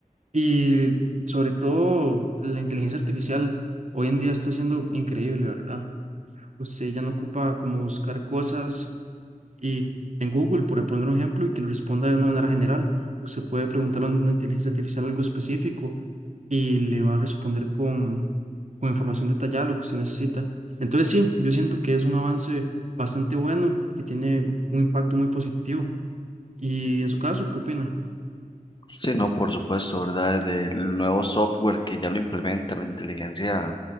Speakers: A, on the right; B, on the left.
A: Y sobre todo, la inteligencia artificial hoy en día está siendo increíble, ¿verdad? Usted ya no ocupa como buscar cosas y en Google, por poner un ejemplo, y que lo responda de una manera general. Usted puede preguntarle a una inteligencia artificial algo específico y le va a responder con, con información detallada lo que usted necesita. Entonces sí, yo siento que es un avance bastante bueno, que tiene un impacto muy positivo. Y en su caso, ¿qué opina?
B: Sí, no, por supuesto, ¿verdad? Del nuevo software que ya lo implementa la inteligencia